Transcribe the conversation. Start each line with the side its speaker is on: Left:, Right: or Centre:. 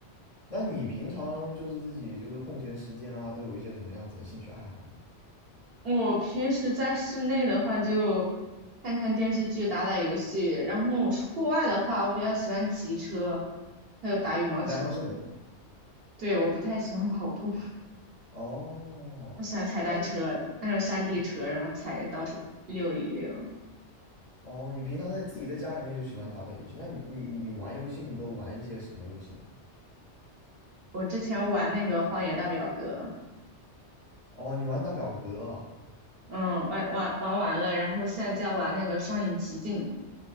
Left: 那你平常就是自己就是空闲时间啊，都有一些什么样子的兴趣爱好呢？
Right: 我平时在室内的话，就看看电视剧、打打游戏。然后我是户外的话，我比较喜欢骑车，还有打羽毛球。
Left: 骑单车。
Right: 对，我不太喜欢跑步，
Left: 哦，
Right: <laughs> 我喜欢踩单车，
Left: 那你
Right: 那种山地车，
Left: 哦
Right: 然后踩着到处溜一溜。
Left: 哦，你平常在自己在家里面就喜欢打打游戏，那你你你你玩游戏你都玩一些什么游戏呢？
Right: 我之前玩那个《荒野大表哥》。
Left: 哦，你玩打表格啊
Right: 嗯，玩玩玩完了，然后现在在玩那个《双影奇境》。